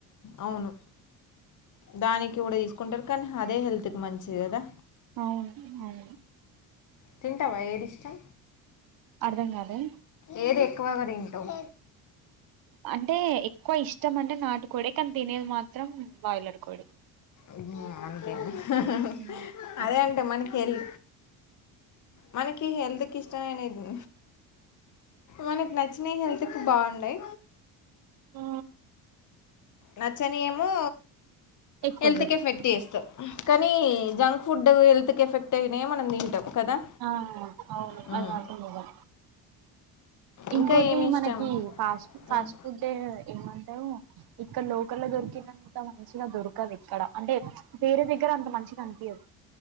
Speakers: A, on the left; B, on the right.
A: అవును దానికి కూడా తీసుకుంటారు కాన్ హాదే హెల్త్ కి మంచిది కదా
B: అవున్ అవును
A: తింటావా ఏది ఇష్టం
B: అర్ధంకదా
A: ఏది ఎక్కువగా తింటావ్
B: అంటే ఎక్కువ ఇష్టం అంటే నాటుకోడే కన్ తినేది మాత్రం బాయిలర్ కోడే
A: హ్మ్ అంతే కదా
B: ఉమ్, అంతే
A: అదే అంట మనకి హెల్ మనకి హెల్త్ కి ఇష్టమైనది మనకి నచ్చినియ్ హెల్త్కు బాండై
B: ఆ
A: నచ్చని ఏమో
B: ఎక్కువ
A: హెల్త్కి
B: దొరుకు
A: ఎఫెక్ట్ చేస్తావ్ కానీ జంక్ ఫుడ్ హెల్త్కే ఎఫెక్ట్ ఐనియే మనం తింటాం కదా
B: ఆ అవును
A: హ్మ్.
B: అది మాత్రం నిజం ఇంకోటి
A: ఇంకా ఏమి ఇష్టం?
B: మనకి ఫాస్ట్ ఫాస్ట్
A: హ్మ్.
B: ఫుడే ఏమంటవు ఇక్కడ లోకల్ లో దొరికినంత మంచిగా దొరకవ్ ఇక్కడ అంటే వేరే దగ్గర అంత మంచిగా అనిపియద్